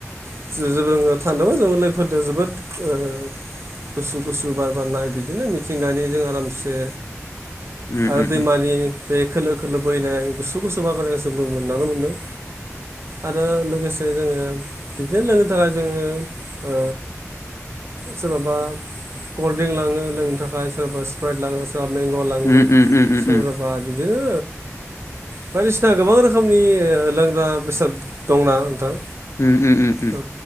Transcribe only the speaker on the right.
<unintelligible> जो लोगोफोरजों जोबोद गुसु गुसु बार बारनाय बिदिनो मिथिंगानिजों आरामसे
आरो
दैमानि बे खोलो खोलो बोहैनाय गुसु गुसु बाबायनायखौ जों मोननांनो मोन्दों आरो लोगोसे जोंङो बिदिनो लोंनो थाखाय जोङो ओ सोरबाबा कल्ड ड्रिंक लाङो लोंनो थाखाय सोरबाबा स्प्राइट लाङो सोरबा म्चंंंंंमेंग'
लाङो
सोरब
बा बिदिनो बायदिसिना गोबां रोखोमनि लोंग्रा बेसाद। दंना नोंथां।
औ